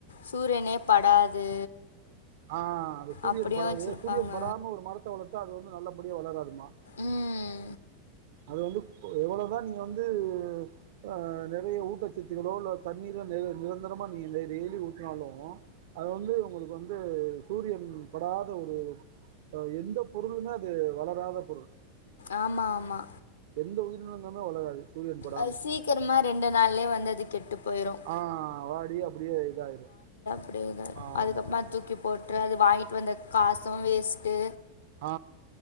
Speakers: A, on the left (about 70°); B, on the right (about 55°).
A: சூரியனே படாது
B: ஆ அது சூரியன்
A: அப்படியும்
B: படாது
A: வச்சுருப்பாங்க
B: சூரியன் படாம ஒரு மரத்த வள த்தா அது வந்து நல்லபடியா வளராது ஆமா
A: ம்
B: அது வந்து ப்போ எவ்வளவுதா நீங்க வந்து ஆ நெறைய ஊட்டச்சத்துகளோ இல்ல தண்ணீரோ நி நிரந்தரமா நீங்க டெ டெய்லி ஊட்டுனாலு அது வந்து உங்களுக்கு வந்து சூரியன் படாத ஒரு எந்த ஆ பொருளுமே அது வளராத பொருள்
A: ஆமா ஆமா
B: எந்த உயிரினங்களுமே வளராது சூரியன் படாம
A: அது சீக்கிரமா ரெண்டு நாள்லயே வந்து அது கெட்டு போயிடும்
B: ஆ வாடி அப்பிடியே இதாயிரு
A: போடுக
B: ஆமாமாமாமா
A: அதுக்கப்பறமா தூக்கிப் போட்டு அது வாங்கிட்டு வந்த காசு வேஸ்ட்டு
B: ஆ